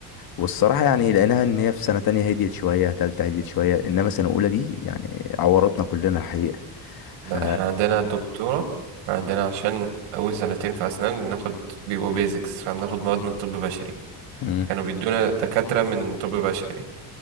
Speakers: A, on the left; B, on the right.
A: والصراحه يعني لقيناها ان هي في سنه تانية هديت شويه تالتة هديت شويه انما سنه اولى دي يعني عورتنا كلنا الحقيقه ف
B: لا احنا عندنا الدكتورة إحنا عندنا عشان أول سنتين في أسنان ناخد بيبقوا بيزكس فبناخد مواد من طب بشري
A: امم
B: فكانوا بيدونا دكاترة من طب بشري